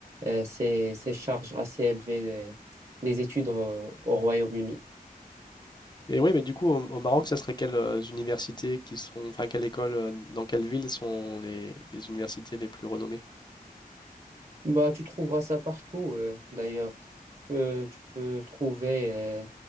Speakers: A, on the right; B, on the left.
A: euh, ces, ces charges assez élevées des, des études euh, au Royaume-Uni.
B: Et oui, mais du coup, au, au Maroc, ça serait quelles euh, universités qui sont, enfin, quelle école, euh, dans quelle ville sont les, les universités les plus renommées?
A: Bah, tu trouveras ça partout, euh, d'ailleurs. Tu peux, tu peux trouver euh,